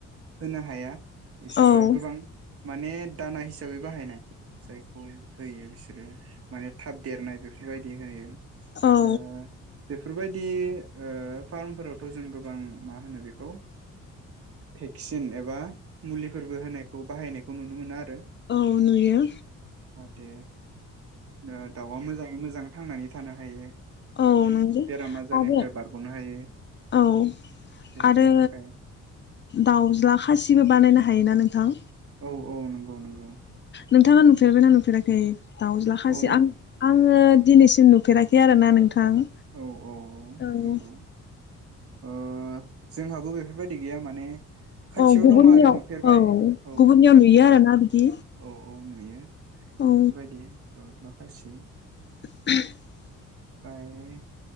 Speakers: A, on the right; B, on the left.
A: होनो हाया। बिसोरो
B: औ
A: गोबां माने दाना हिसाबै बाहायनाय जायखौ होयो बिसोरो माने थाब देरनाय बेफोरबायदि होयो।
B: औ
A: ओ बेफोरबायदि ओ फार्मफोरावथ' जों गोबां मा होनो बेखौ भेक्सिन एबा मुलिफोरबो होनायखौ बाहायनायखौ नुनो मोनो आरो।
B: औ नुयो।
A: दे ओ दाउआ मोजाङै मोजां थांनानै थानो हायो
B: औ
A: माने
B: नंगौ
A: बेराम आजारनिफ्राय
B: आरो
A: बारग'नो हायो
B: औ
A: बेफोरनि
B: आरो
A: थाखाय
B: दाउज्ला खासिबो बानायनो हायोना नोंथां?
A: औ औ नंगौ। औ नंगौ।
B: नोंथाङा नुफेरबाय ना नुफेराखै? दाउज्ला खासि
A: औ
B: आं आङो दिनैसिम नु फेराखै आरो ना नोंथां?
A: औ औ
B: थां औ
A: नंगौ ओ जोंहाबो बेफोरबायदि गैया माने
B: औ
A: खाथियाव
B: गुबुननियाव
A: दङ आरो नुफेरबाय औ औ
B: गुबुननियाव
A: नुफेरबाय
B: नुयो आरोना
A: औ
B: बिदि
A: औ नुयो बेफोरबायदि।
B: औ
A: दावज्ला खासि
B: <inaudible>
A: ओमफ्राय